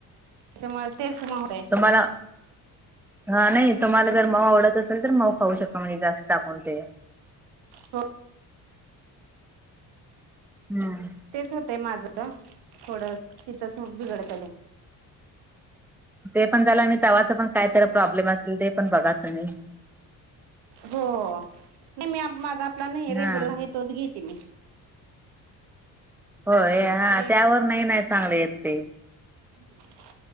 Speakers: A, on the right; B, in the centre.
A: त्याच्यामुळे ते.
B: तुम्हाला हा नाही तुम्हाला जर माव आवडत असेल तर माव पााहू शकत. म्हजे जास्त कोणते.
A: हो
B: हम्म!
A: तेच होतय माझं थोडं तिथंच बिघडत र.
B: ते पण झालं आणि तवाच पण काय तर प्रॉब्लेम असेल ते पण बघा तुम्ही.
A: हो नाही मी माझा आपला नाही
B: हा
A: रेग्युलर आहे तोच घेते मी.
B: हो हा
A: रे
B: त्यावर नाही नाही चांगले येत ते.
A: ह.